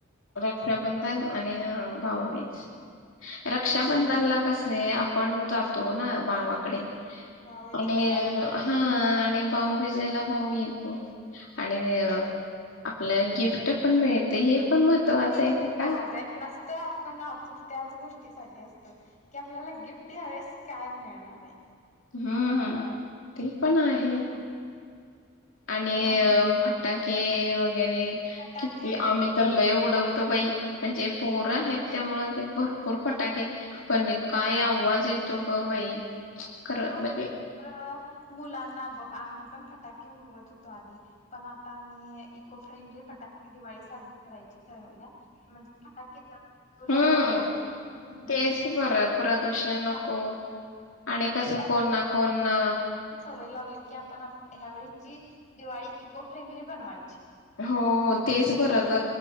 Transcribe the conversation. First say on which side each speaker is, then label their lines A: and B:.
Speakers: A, on the left; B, on the left.
A: रक्षाबंधन आणि भाऊबीज <unintelligible> रक्षाबंधनला
B: पण
A: कस कसाय आपण जातो ना भावाकडे
B: भाऊ येतो
A: आणि
B: दिवाळीला आपल्याकडे
A: हा आणि भाऊ बिजायला भाऊ येतो आणि आपल्याला गिफ्ट पण मिळते हे पण महत्त्वाचं
B: ते
A: आहे नाही का?
B: माझा <unintelligible> तर आपण आतुर त्याच गोष्टीसाठीच असतो की आपल्याला गिफ्ट ह्या वेळेस काय मिळणार आहे?
A: हम्म हम. ते पण आहे.
B: हो
A: आणि
B: मग
A: फट फटाके व वगैरे
B: फटाके
A: किती आम्ही तर लय उडवतो बाई. म्हणजे पोरं आहेत त्यामूळ ते भरपूर फटाके पण काय आवाज येतो ग बाई. खरं
B: आमच्याकड
A: म्हणजे
B: मुलांना बघ आम्ही पण फटाके उडवत होतो आधी पण आता आम्ही इको फ्रेंडली फटाके दिवाळी साजरी करायची ठरवलिया म्हणजे फटाके जास्त उडवल्या
A: हम्म
B: मुळे तुला ध्वनी
A: तेच
B: प्रदूषण
A: बरं
B: आणि तुला हवा प्रदूषण
A: नको
B: होत
A: आणि कसं
B: <unintelligible>
A: कोण ना कोण ना
B: सवय लावली की आपन ह्या वेळीची दिवाळी इको फ्रेंडली बनवायची.
A: हो हो तेच बरं ग